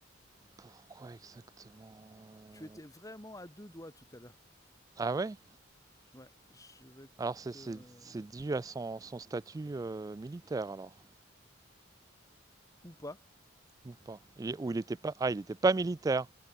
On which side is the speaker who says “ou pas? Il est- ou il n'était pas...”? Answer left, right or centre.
Right